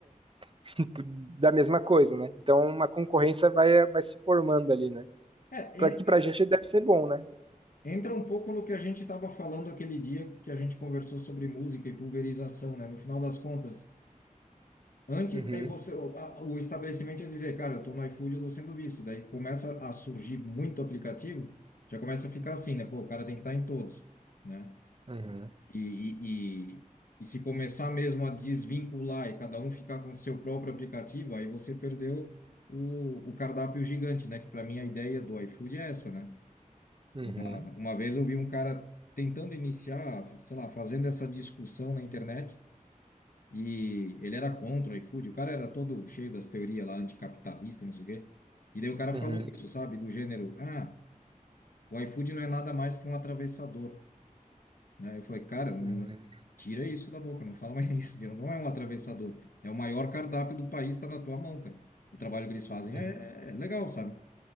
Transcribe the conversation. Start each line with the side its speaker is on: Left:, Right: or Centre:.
Right: <laughs> da mesma coisa, né? Então uma concorrência vai, vai se formando ali, né?
Left: É,
Right: Para que para a gente deve ser bom, né?
Left: Entra um pouco no que a gente estava falando aquele dia que a gente conversou sobre música e pulverização, né? No final das contas, antes
Right: Uhum,
Left: daí você, o a- o estabelecimento ia dizer, cara, eu estou no iFood, eu estou sendo visto. Daí começa a surgir muito aplicativo, já começa a ficar assim, né? Pô, o cara tem que estar em todos, né?
Right: uhum,
Left: E, e, e, e se começar mesmo a desvincular e cada um ficar com o seu próprio aplicativo, aí você perdeu o, o cardápio gigante, né? Que para mim a ideia do iFood é essa, né?
Right: uhum.
Left: Mano, uma vez eu vi um cara tentando iniciar, sei lá, fazendo essa discussão na internet e ele era contra o iFood. O cara era todo cheio das teorias lá anticapitalista e não sei o quê. E daí o cara
Right: Uhum,
Left: falou isso, sabe? Do gênero, ah, o iFood não é nada mais que um atravessador, né? Eu falei, cara, não-
Right: uhum,
Left: tira isso da boca, não fala mais <laughs> isso. Não é um atravessador, é o maior cardápio do país, está na tua mão, cara. O trabalho que eles fazem
Right: uhum.
Left: é é legal, sabe?